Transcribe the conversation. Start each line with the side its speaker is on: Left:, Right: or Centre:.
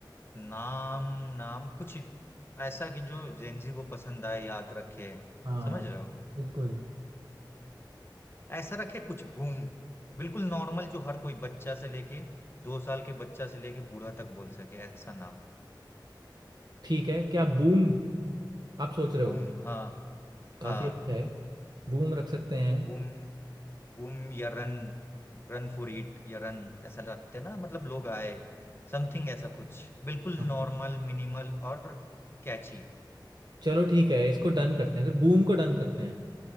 Left: नाम नाम कुछ ऐसा कि जो जेंजी को पसंद आए याद रखे
Right: हाँ
Left: समझ रहे हो
Right: बिल्कुल
Left: ऐसा रखे कुछ बूम बिल्कुल नॉर्मल जो हर कोई बच्चा से लेके दो साल के बच्चा से लेके बूढ़ा तक बोल सके ऐसा नाम
Right: ठीक है क्या बूम आप सोच रहे
Left: बूम
Right: हो
Left: हाँ हाँ
Right: काफ़ी अच्छा है बूम रख सकते हैं
Left: बूम बूम या रन रन फॉर इट या रन ऐसा रखते ना मतलब लोग आए समथिंग ऐसा कुछ बिल्कुल
Right: हाँ
Left: नॉर्मल मिनिमल और कैची
Right: चलो ठीक है इसको डन करते हैं फिर बूम को डन करते हैं